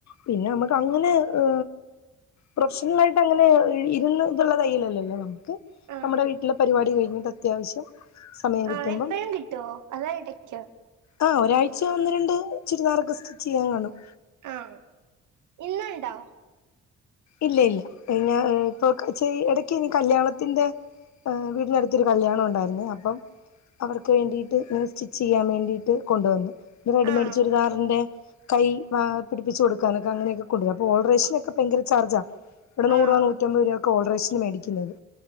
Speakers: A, on the left; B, on the right.
A: പിന്നെ നമ്മുക്ക് അങ്ങനെ ഹ് പ്രൊഫഷണൽ ആയിട്ട് അങ്ങനെ ഇരുന്ന് ഇതുള്ള തയ്യലല്ലല്ലോ ക്ക്
B: ആഹ്
A: നമ്മുടെ വീട്ടിലെ പരിപാടി കഴിഞ്ഞിട്ട് അത്യാവശ്യം സമയം കിട്ടുമ്പം
B: ആഹ് എപ്പഴും കിട്ടോ അതാ എടയ്ക്കോ
A: ആഹ് ഒരാഴ്ച ഒന്ന് രണ്ട് ചുരിദാറൊക്കെ സ്റ്റിച്ച് ചെയ്യാൻ കാണും.
B: ആഹ് ഇന്ന് ഉണ്ടോ
A: ഇല്ല ഇല്ല ഞാ ഇപ്പൊക്ക ചെയ് ഇടക്കിനി കല്യാണത്തിന്റെ. അഹ് വീടിനടുത്തൊരു കല്യാണം ഉണ്ടായിരുന്നേ അപ്പം. അവർക്ക് വേണ്ടിട്ട് സ്റ്റിച്ച് ചെയ്യാൻ വേണ്ടിട്ട് കൊണ്ടുവന്നു. റെഡിമേഡ്
B: ആഹ്
A: ചുരിദാറിന്റെ
B: ഓക്കെ ഓക്കെ
A: കൈ വാ പിടിപ്പിച്ച് കൊടുക്കാനൊക്കെ അങ്ങനെയൊക്കെ കൊണ്ടുവരും. അപ്പൊ ഓടറേഷനൊക്കെ പയങ്കര ചാർജാ. ഇവിടെ നൂറുവ
B: ആഹ്
A: നൂറ്റി അമ്പത് രൂവക്കെ ഓൾഡ്രെഷന് മേടിക്കുന്നത്